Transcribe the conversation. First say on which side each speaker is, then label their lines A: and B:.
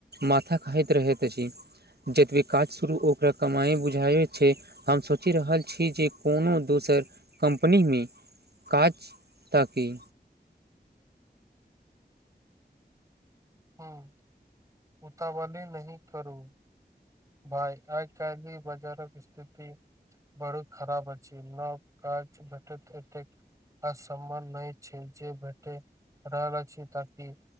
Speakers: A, on the right; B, on the right.
A: माथा खाइत रहैत अछि जतबे काज शुरू ओकरा कमाइ बुझाइ छै- हम सोचि रहल छी जे कोनो दोसर कम्पनीमें काज ताकि
B: हँ उतावली नहि करू भाइ आइ कालहि बाजारक स्थिति बड़ खराब अछि नब काज भेटैत एतेक आसामन नहि छै जे भैटे रहल अछि ताकि